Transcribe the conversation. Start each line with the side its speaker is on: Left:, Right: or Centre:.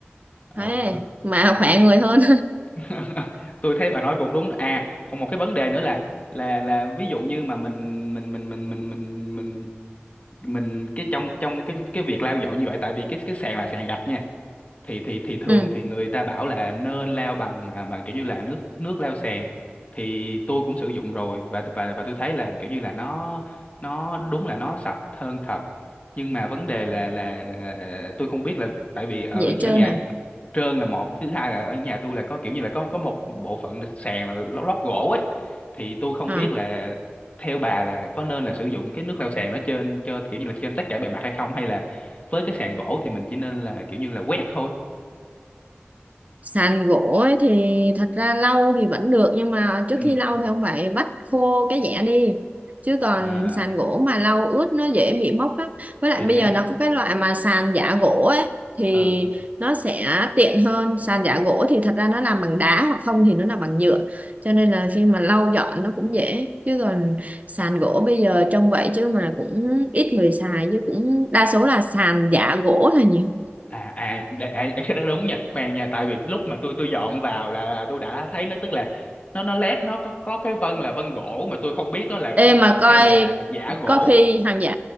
Left: ờ
Right: thế
Left: tôi
Right: mà
Left: tôi
Right: khỏe
Left: thấy
Right: người hơn
Left: <laughs> tôi thấy bà nói cũng đúng à còn một cái vấn đề nữa là là là ví dụ như mà mình mình mình mình mình mình mình mình cái trong trong cái cái việc lau dọn như vậy tại vì cái cái sàn là sàn gạch nha thì thì thì thường
Right: <laughs> ừ.
Left: thì người ta bảo là nên lao bằng à, bằng kiểu như là nước nước lao sàn thì tôi cũng sử dụng rồi và và và tôi thấy là kiểu như là nó nó đúng là nó sạch hơn thật nhưng mà vấn đề là là, là tôi không biết là tại vì ở
Right: dễ chơi
Left: ở nhà
Right: nè
Left: trơn là một thứ hai là ở nhà tôi là có kiểu như là có có một bộ phận là sàn là lót, lót gỗ ấy thì tôi không
Right: À.
Left: biết là theo bà là có nên là sử dụng cái nước lau sàn đó trên cho kiểu như là trên tất cả bề mặt hay không hay là với cái sàn gỗ thì mình chỉ nên là kiểu như là quét thôi
Right: sàn gỗ ấy thì thật ra lau thì vẫn được nhưng mà trước
Left: ừ
Right: khi lau thì không phải vắt khô cái dẻ đi chứ còn
Left: à
Right: sàn gỗ mà lau ướt nó dễ bị mốc lắm với lại
Left: thì
Right: bây
Left: đấy
Right: giờ nó có cái loại mà sàn giả gỗ ấy thì
Left: ừ
Right: nó sẽ tiện hơn sàn giả gỗ thì thật ra nó làm bằng đá hoặc không thì nó làm bằng nhựa cho nên là khi mà lau dọn nó cũng dễ chứ còn sàn gỗ bây giờ trông vậy chứ mà cũng ít người xài chứ cũng đa số là sàn giả gỗ là nhiều
Left: à à, đ- à cái đó đúng nha khoan nha tại vì lúc mà tôi tôi dọn vào là, là tôi đã thấy nó tức là nó nó lét nó có, có cái vân là vân gỗ mà tôi không biết nó là gỗ
Right: Ê mà
Left: thật
Right: coi
Left: hay là giả gỗ
Right: có khi hàng giả